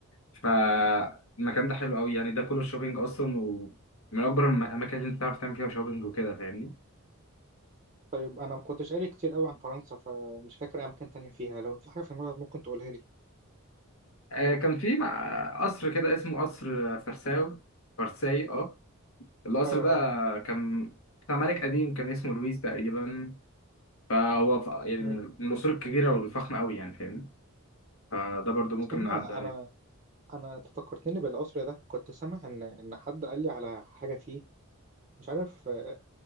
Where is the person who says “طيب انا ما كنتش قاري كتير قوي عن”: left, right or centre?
Right